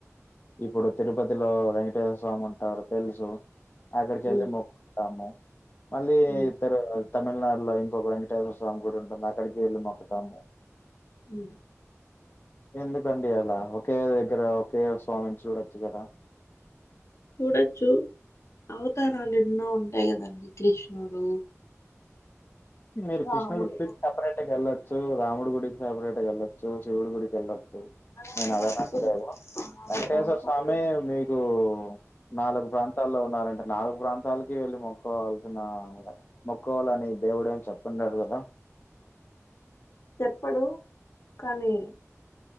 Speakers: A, on the left; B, on the left.
A: ఇప్పుడు తిరుపతిలో వెేంకటేశ్వర స్వామి ఉంటారు తెలుసు అక్కడికి వెళ్లి
B: ఉమ్
A: మొక్కుతాము మళ్ళీ
B: ఉమ్
A: ఇత్తరు కావా తమిళనాడులో ఇంకొక వెంకటేశ్వర స్వామి గుడి ఉంటుంది అక్కడికి వెళ్ళి మొక్కుతాము
B: ఉ
A: ఎందుకండి అలా ఒకే దగ్గర ఒకే స్వామిని చూడచ్చు కదా
B: చూడచ్చు అవతారాలు ఎన్నో ఉంటాయి కదండి కృష్ణుడు
A: మరి
B: రాముడు
A: కృష్ణు గుడికి సపరేట్ గా ఎల్లచ్ చ్చు రాముడు గుడికి సపరేట్ వెళ్ళొచ్చు శివుడి గుడికి వెళ్ళొచ్చు
B: అలాగే
A: నేను అది అనట్లేదు
B: అప్పుడు ఆ
A: వెంకటేశ్వర
B: ప్రాంతాలు
A: స్వామి మీకు నాలుగు ప్రాంతాల్లో ఉన్నారంటే నాలుగు ప్రాంత తలకి వెళ్ళి మొక్కోవల్సిన మొక్కోవాలని దేవుడేం చెప్పిండడు కదా
B: చెప్పడు కానీ